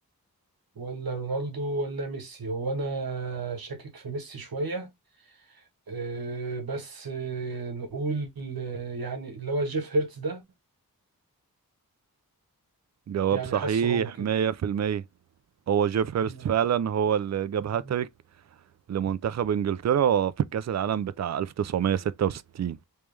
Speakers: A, on the right (about 70°); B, on the right (about 50°).
A: ولا رونالدو ولا ميسي هو انا شاكك في ميسي شوية أه بس أه نقول آه، يعني اللي هو جيف هيرتز ده
B: جواب
A: يعني
B: صحيح
A: حاسه هو كده
B: 100% هو جيف هيرست
A: يا.
B: فعلا هو اللي جاب هاتريك
A: مم.
B: لمنتخب انجلترا في كأس العالم بتاع 1966